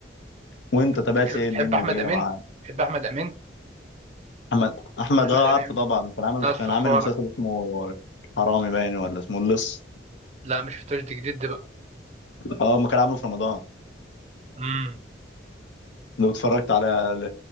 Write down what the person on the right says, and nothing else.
بتح- بتحب
احمد
امين
بتحب احمد امين
احمد
امين
بتاع الصفاره
لا مش شفتوش دي جديد ده بقى
امم